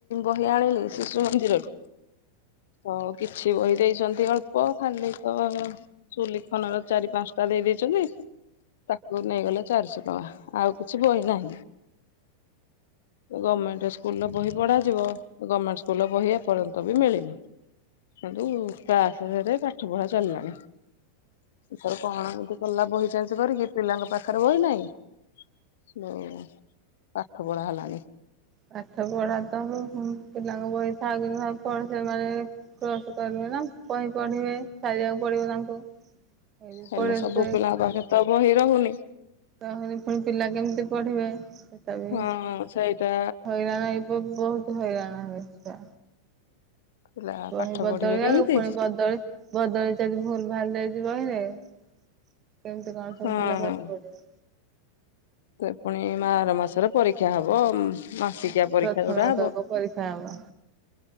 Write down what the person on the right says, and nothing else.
ପାଠ ପଢା ତ ହବ ପିଲାଙ୍କ ବହି ଥାଉ କି ନଥାଉ। ତ ସେମାନେ କ୍ରୋସ୍ କରିବେ ନା କହି ପଢିବେ ସାରିବାକୁ ପଡିବ ତାଙ୍କୁ। ସେଥିଯୋଗୁଁ
ପଢେଇବେ
ସେ
ରହୁନି ପୁଣି ପିଲା କେମିତି ପଢିବେ ସେଟା ବି
ହଇରାଣ ଏଇ। ଏବେ ବହୁତ ହଇରାଣ ହେବେ ଛୁଆ।
ପୁଣି
ବଦଳି
ଯାଉଛି
ପୁଣି ବଦଳି। ବଦଳେଇ ଚ ଯଦି ଭୁଲ ଭାଲ ଦେଇଛି ବହିରେ କେମତି କଣ ସବୁ
ପିଲା ପାଠ ପଢିବେ।
ହୁଁ
ପ୍ରଥମ
ଭାଗ ପରୀକ୍ଷା ହବ।